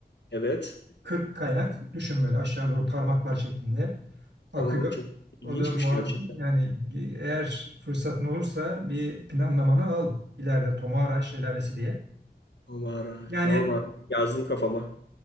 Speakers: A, on the left; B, on the right.
A: Evet.
B: 40 kaynak düşün böyle aşağı doğru parmaklar şeklinde akıyor.
A: Tamam çok ilginçmiş
B: O da muaz-
A: gerçekten.
B: yani eğer fırsatın olursa bir planlamanı al ileride Tomara Şelalesi diye.
A: O mağara.
B: Yani
A: Tamam abi. Yazdım kafama.